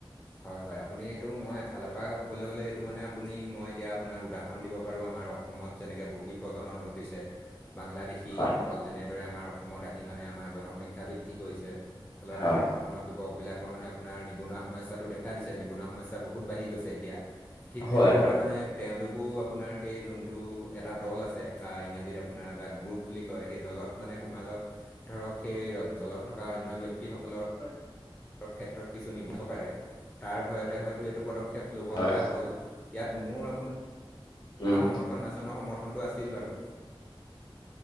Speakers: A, on the left; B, on the left.
A: হয়, হয়, আপুনি এইটো মই ফালৰ পৰা ক'বলৈ গ'লে এইটো মানে আপুনি মই এতিয়া আপোনাক উদাহৰণ দিব পাৰোঁ, আমাৰ অসমত যেনেকৈ বহিঃ প্ৰজনন ঘটিছে বাংলাদেশীসকল
B: হয়
A: যেনেদৰে আমাৰ অসমত আহি মানে আমাৰ জনসংখ্যা বৃদ্ধি কৰিছে, ফলত
B: হয়
A: আমাৰ অসমৰ যুৱকবিলাকৰ মানে আপোনাৰ নিবনুৱা সমস্যাটো দেখা দিছে, নিবনুৱা সমস্যা বহুত বাঢ়ি গৈছে এতিয়া। ঠিক
B: হয়
A: তেনেদৰে
B: হয়
A: মানে তেওঁলোকো আপোনাৰ সেই যোনটো এটা দল আছে বা ইংৰাজীত আপোনাৰ যাক গ্ৰুপ বুলি কয় সেই দলত মানে সোমালত, ধৰক সেই দলত থকা অন্য ব্যক্তিসকলৰ
B: হয়।
A: ক্ষেত্ৰত কিছু নিব পাৰে, তাৰ ভয়তে হয়তো এইটো পদক্ষেপ ল'ব
B: হয়
A: লগা হ'ল। ইয়াত মোৰ আপোনাৰ
B: উম
A: সমৰ্থন নাছিল নহয়, সমৰ্থনটো আছিল বাৰু